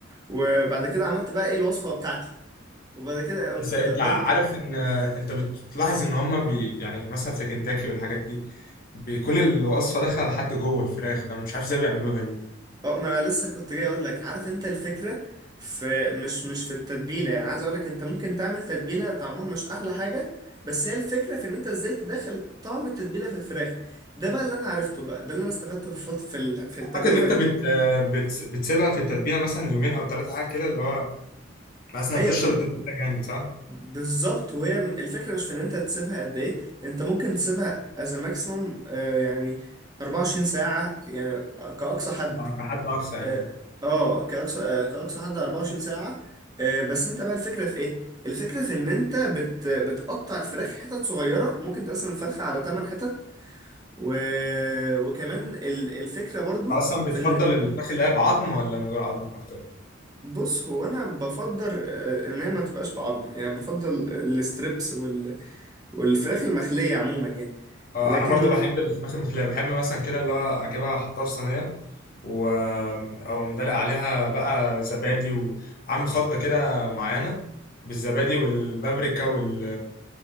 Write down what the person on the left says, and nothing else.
بس انت
عارف ان انت بتلاحظ ان هما بي يعني مثلا في كنتاكي والحاجات دي بيكون الوصفه داخله لحد جوه الفراخ فمش عارف ازاي بيعملوها دي
اعتقد ان انت
بت... بت... بتسيبها في التتبيله مثلا يومين او ثلاثه حاجه كده اللي هو بحيث انها
تشرب
التتبيله جامد صح؟
على حد اقصى
يعني انت
اصلا بتفضل
الفراخ اللي هي بعظم ولا من غير عظم اكتر؟
اه
انا برضو بحب الفراخ المخليه بحب مثلا كده اللي هو اجيبها احطها في صينيه و او مدلق عليها بقى زبادي وعامل خلطه كده معينه بالزبادي والبابريكا وال